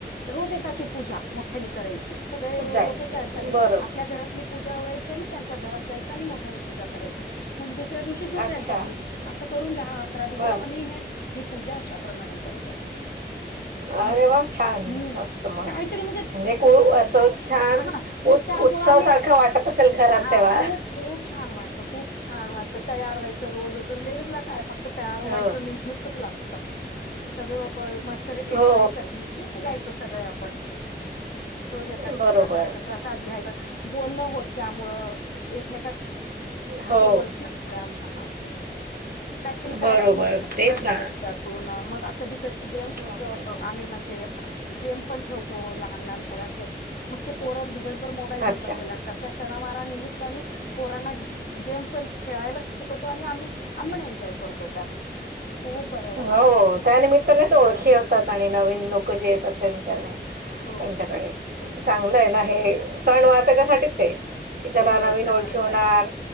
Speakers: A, on the left (about 60°); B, on the right (about 55°).
A: रोज एकाची पूजा. मोठ्यांनी करायची सगळे
B: जाईल
A: लोक त्यांच्या घरी.
B: बरोबर
A: आपल्या घरातली पूजा आवरायची आणि त्यांच्या घरात जायचं. सानी मोठ्यांनी पूजा करायची. मग दुसऱ्या दिवशी दुसऱ्यांच्या
B: अच्छा
A: घरी, असं करून दहा अकरा दिवस
B: बर
A: आम्ही हे ही, पूजा अशा प्रमाणे करतो.
B: अरे
A: बोला.
B: वा छान
A: हम्म,
B: मस्त मस्त
A: काहीतरी म्हणजे
B: खूप असं छान
A: हा मग,
B: उत्
A: त्यामुळं
B: उत्सव
A: आम्ही
B: सारखं वाटत असेल घरात
A: हा
B: तेव्हा
A: खूप, खूप खूप छान वाटतं, खूप छान वाटतं, तयार व्हायचं, रोज उठून लेडीज ला काय फक्त तयार व्हायचं
B: हो
A: निमी मिठच लागत सगळं ओ होय मस्त रेडी
B: हो
A: व्हायचं आणि निघायचं सगळे आपण. रोज एखादं
B: बरोबर
A: पूजा करायच प्रसाद घ्यायचं, बोलणं होत त्यामुळं एकमेकात
B: हो
A: ओळखी झाल्या आमच्या काहीतरी काय
B: बरोबर
A: नवीन शिकायला
B: तेच
A: भेटत.
B: ना
A: त्यातून मग, कधी कधी गेम्स
B: हम्म.
A: आम्ही म्हणजे गेम पण ठेवतो. तो लहान लहान पोरांचे. मग ते पोर दिवसभर मोबाईल घेऊन
B: अच्छा
A: बसलेले अस त्या त्या सणावार निमित्ताने पोरांना गेम्स पण, खेळायला पण शिकवतो आणि आम्ही, आम्ही पण एन्जॉय करतो त्या खूप बरं वाटतं
B: हो, त्यानमित्तानेच ओळखी होतात आणि नवीन लोक जे येतात त्यांच्याने.
A: हो
B: त्यांच्याकडे
A: हो
B: चांगलं आहे ना
A: हो
B: हे सणवार त्याच्यासाठीच आहे. की, त्याला
A: हो
B: नवीन
A: सणावारात
B: ओळखी होणार